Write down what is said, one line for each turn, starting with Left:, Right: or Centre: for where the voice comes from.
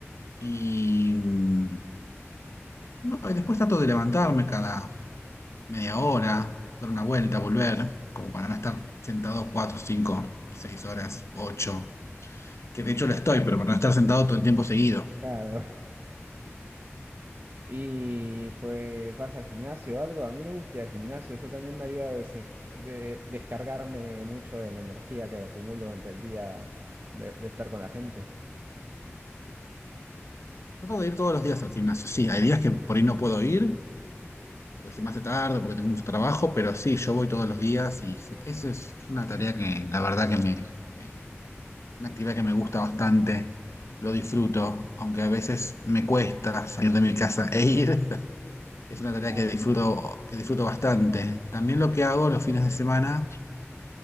Left: Y mm, no, y después trato de levantarme cada media hora, dar una vuelta, volver, como para no estar sentado cuatro, cinco, seis horas, ocho, que de hecho lo estoy, pero para no estar sentado todo el tiempo seguido.
Right: Claro. <laughs> Y pues vas al gimnasio o algo. A mí me gusta ir al gimnasio, eso también me ayuda a deses- de- descargarme mucho de la energía que acumulo ante el día de, de estar con la gente.
Left: Trato de ir todos los días al gimnasio. Sí, hay días que por ahí no puedo ir, porque se me hace tarde, porque tengo mucho trabajo, pero sí, yo voy todos los días y sí, eso es una tarea que la verdad que me, me- una actividad que me gusta bastante, lo disfruto, aunque a veces me cuesta salir de mi casa e ir, Es una
Right: Ya.
Left: tarea que disfruto, que disfruto bastante. También lo que hago los fines de semana,